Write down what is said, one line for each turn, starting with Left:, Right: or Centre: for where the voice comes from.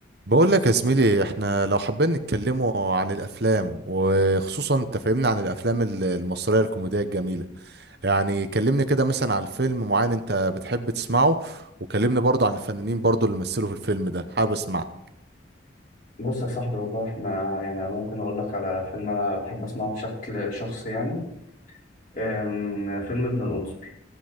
Right: بقول لك يا زميلي احنا لو حابين نتكلموا عن الافلام وخصوصا انت فاهمني عن الافلام ال- المصريه الكوميديه الجميله يعني كلمني كده مثلا عن فيلم معين انت بتحب تسمعه وكلمني برضه عن الفنانين برضه اللي مثلوا في الفيلم ده حابب اسمع
Left: بص يا صاحبي والله احنا يعني أنا ممكن اقول لك على فيلم انا بحب اسمعه بشكل شخصي يعني أم، فيلم ابن القنصل